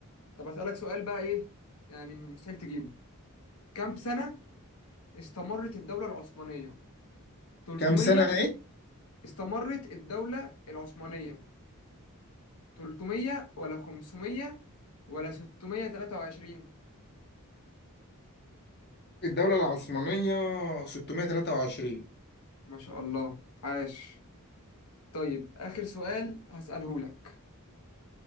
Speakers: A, on the left (about 85°); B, on the left (about 50°).
A: طب اسألك سؤال بقى ايه يعني مستحيل تجيبه كم سنة استمرت الدولة العثمانية 300
B: كم سنة ايه
A: استمرت الدولة العثمانية 300 ولا 500 ولا 623
B: الدولة العثمانية 623
A: ما شاء الله عاش طيب آخر سؤال هسأله لك